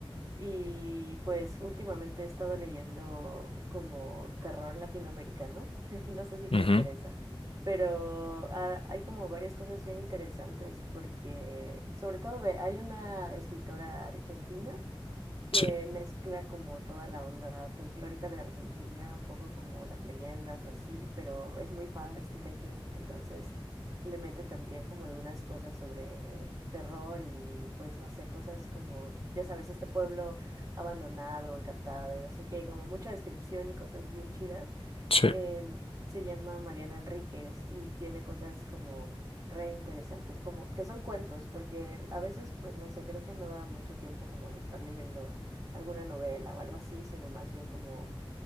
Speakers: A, on the right; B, on the left.
A: y pues últimamente he estado leyendo como terror latinoamericano. <laughs> No sé si te
B: Ujú,
A: interesa, pero ha- hay como varias cosas bien interesantes porque sobre todo ve, hay una escritora argentina. que
B: Sí,
A: mezcla como toda la onda folclórica de Argentina, un poco como las leyendas o así, pero es muy fan de Stephen King, entonces le mete también como algunas cosas sobre terror y pues no sé, cosas como, ya sabes, este pueblo abandonado, encantado y no sé qué, como mucha descripción y cosas bien chidas.
B: sí,
A: Em, se llama Mariana Enríquez y tiene cosas como re interesantes, como que son cuentos, porque a veces, pues no sé, creo que no da mucho tiempo como de estar leyendo alguna novela o algo así, sino más bien como,